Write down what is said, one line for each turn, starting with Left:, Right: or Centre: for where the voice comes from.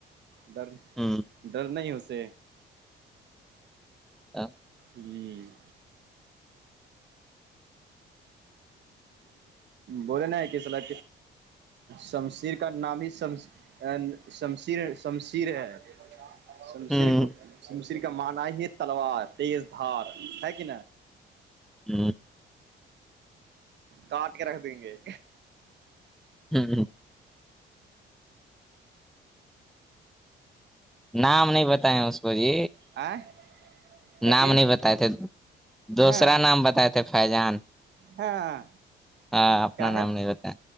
Right: ڈر
Centre: ہوں
Right: ڈر نہیں اسے
Centre: ہ
Right: جی بولے نا کسلاح شمشیر کا نام ہی شم شمشیر شمشیر ہے شمشیر
Centre: ہ
Right: کو مصری کا مانا ہی ہے تلوار تیز دھار ہے کہ
Centre: جی
Right: کاٹ کے رکھ دیں گے
Centre: ہوں نام نہیں بتائے اس کو جی
Right: ا کیا
Centre: نام
Right: چی
Centre: نہیں بتائے تھے دوسرا
Right: ہاں
Centre: نام بتائے تھے فیضان
Right: ہاں
Centre: ہاں اپنا
Right: کیا ہے
Centre: نام نہیں ہوتا ہے